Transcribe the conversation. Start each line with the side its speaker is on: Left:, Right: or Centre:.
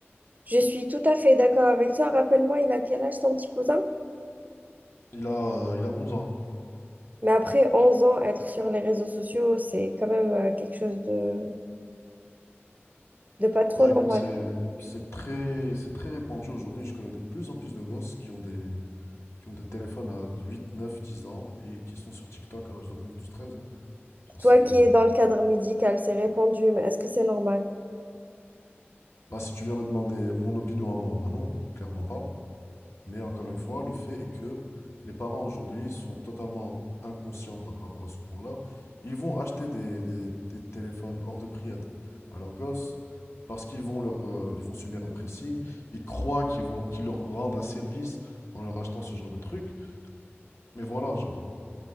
Right: Je suis tout à fait d'accord avec toi. Rappelle-moi, il a quel âge ton petit cousin?
Left: Il a, euh, il a 11 ans.
Right: Mais après onze ans, être sur les réseaux sociaux, c'est quand même euh, quelque chose de, de pas trop
Left: Bah
Right: normal.
Left: écoute, c'est, c'est très, c'est très répandu aujourd'hui. Je connais de plus en plus de gosses qui ont des, qui ont des téléphones à 8 9 10 ans et qui sont sur TikTok à l'âge de 11 12 13 ans. Genre
Right: Toi
Left: c'est, euh,
Right: qui es dans le cadre médical, c'est répandu, mais est-ce que c'est normal?
Left: Bah si tu viens me demander mon opinion à moi, bah non, clairement pas. Mais encore une fois, le fait est que les parents aujourd'hui sont totalement inconscients par rapport à ce point-là. Ils vont acheter des, des- des téléphones hors de prix à, des- à leurs gosses parce qu'ils vont leur, euh, ils vont subir un pressing. Ils croient qu'ils vont, qu'ils leur rendent un service en leur achetant ce genre de truc. Mais voilà, genre,